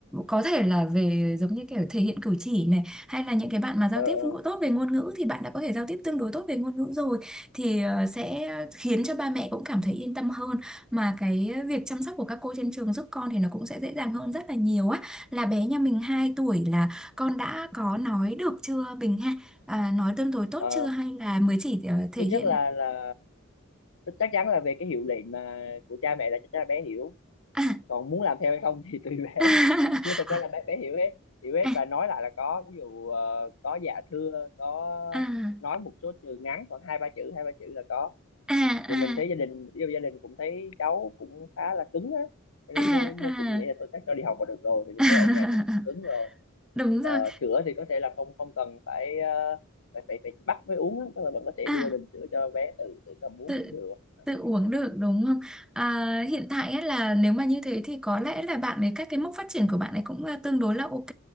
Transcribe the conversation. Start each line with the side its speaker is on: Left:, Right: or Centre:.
Centre: có thể là về giống như kiểu thể hiện cử chỉ này hay là những cái bạn mà giao
Left: ờ, ờ.
Centre: tiếp ngữ- tốt về ngôn ngữ thì bạn đã có thể giao tiếp tương đối tốt về ngôn ngữ rồi thì ờ, sẽ khiến cho ba mẹ cũng cảm thấy yên tâm hơn mà cái việc chăm sóc của các cô trên trường giúp con thì nó cũng sẽ dễ dàng hơn rất là nhiều á là bé nhà mình 2 tuổi là con đã có nói được chưa Bình ha à, nói tương đối tốt
Left: Ờ,
Centre: chưa hay là mới chỉ ờ, thể
Left: thứ
Centre: hiện
Left: nhất là là chắc chắn là về cái hiệu lệnh mà của cha mẹ là chắc chắn là bé hiểu
Centre: À,
Left: còn muốn làm theo hay không thì tùy bé
Centre: <laughs>
Left: <laughs> nhưng thật ra là bé bé hiểu hết hiểu hết
Centre: À,
Left: và nói lại là có ví dụ ờ, có dạ thưa có
Centre: à,
Left: nói một số từ ngắn khoảng hai ba chữ hai ba chữ là có
Centre: à, à,
Left: thì mình thấy gia đình yêu gia đình cũng thấy cháu cũng khá là cứng á cho nên
Centre: à,
Left: mới mới
Centre: à,
Left: cũng nghĩ là tôi chắc cho đi học là được rồi thì mình
Centre: à. <laughs>
Left: thấy ở nhà cũng, cũng cứng rồi
Centre: Đúng
Left: Ờ,
Centre: rồi.
Left: sữa thì có thể là không không cần phải ờ, phải phải, phải bắt mới uống á tức là bạn có thể
Centre: À,
Left: đưa bình sữa cho bé tự tự cầm uống
Centre: tự
Left: cũng được Ờ,
Centre: tự uống
Left: kiểu vậy.
Centre: được đúng không? À,
Left: Ừ.
Centre: hiện tại ấy là nếu mà như thế thì có lẽ là bạn ấy các cái mốc phát triển của bạn ấy cũng à, tương đối là ok.